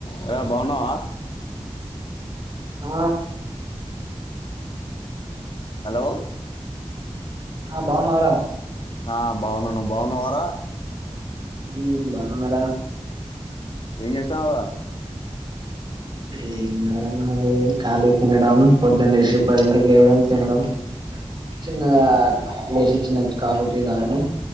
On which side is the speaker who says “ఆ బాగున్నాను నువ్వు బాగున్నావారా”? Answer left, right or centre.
Left